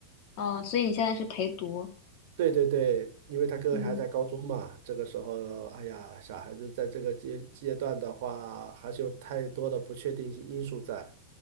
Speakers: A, on the left (about 40°); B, on the right (about 55°).
A: 嗯，所以你现在是陪读，
B: 对对对，因为他哥哥还在高中嘛，
A: 嗯
B: 这个时候，哎呀，小孩子在这个阶阶段的话，还是有太多的不确定性因素在，